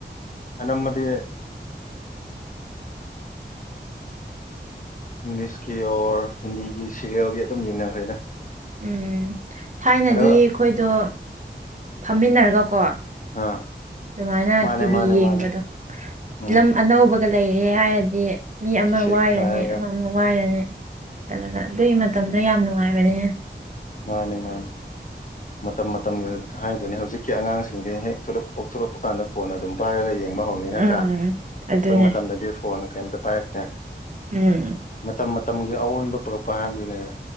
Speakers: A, on the left (about 45°); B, on the right (about 40°).
A: ꯑꯅꯝꯕꯗꯤ ꯏꯪꯂꯤꯁꯀꯤ ꯑꯣꯔ ꯍꯤꯟꯗꯤꯒꯤ ꯁꯤꯦꯔꯤꯌꯦꯜꯒꯤ ꯑꯗꯨꯝ ꯌꯦꯡꯅꯈ꯭ꯔꯦꯗ
B: ꯎꯝ ꯊꯥꯏꯅꯗꯤ
A: ꯑꯗꯨꯒ
B: ꯑꯩꯈꯣꯏꯗꯣ ꯐꯝꯃꯤꯟꯅꯔꯒ ꯀꯣ
A: ꯑꯥ
B: ꯑꯗꯨꯃꯥꯏꯅ
A: ꯃꯥꯅꯦ
B: ꯇꯤꯚꯤ
A: ꯃꯥꯅꯦ
B: ꯌꯦꯡꯕꯗ
A: ꯃꯥꯅꯦ ꯎꯝ
B: ꯐꯤꯂꯝ ꯑꯅꯧꯕ ꯑꯗꯨꯒ ꯂꯩꯔꯦ ꯍꯥꯏꯔꯗꯤ ꯃꯤ ꯑꯃ
A: ꯀꯤꯁꯦꯠ
B: ꯋꯥꯏꯔꯅꯤ
A: ꯃꯥꯏꯔꯒ
B: ꯑꯃꯃꯨꯛ ꯋꯥꯏꯔꯅꯤ ꯆꯠꯂꯒ ꯑꯗꯨꯒꯤ ꯃꯇꯝꯗ ꯌꯥꯝ ꯅꯨꯡꯉꯥꯏ ꯃꯅꯤ
A: ꯃꯥꯅꯤ ꯃꯥꯅꯤ ꯃꯇꯝ ꯃꯇꯝꯒꯤ ꯍꯥꯏꯗꯨꯅꯦ ꯍꯧꯖꯤꯛꯀꯤ ꯑꯉꯥꯡꯁꯤꯡꯁꯦ ꯍꯦꯛꯂ ꯄꯣꯛꯊꯂꯛꯄ ꯀꯥꯟꯗ ꯐꯣꯟ ꯑꯗꯨꯝ ꯄꯥꯏꯔꯒ ꯌꯦ ꯅꯠꯇ꯭ꯔꯥ
B: ꯎꯝ
A: ꯑꯩꯈꯣꯏ
B: ꯑꯗꯨꯅꯦ
A: ꯃꯇꯝꯗꯗꯤ ꯐꯣꯟ ꯀꯩꯝꯇ ꯄꯥꯏꯔꯛꯇꯦ
B: ꯎꯝ
A: ꯃꯇꯝ ꯃꯇꯝꯒꯤ ꯑꯑꯣꯟꯕ ꯄꯣꯄꯥꯟꯗꯨꯅꯦꯗ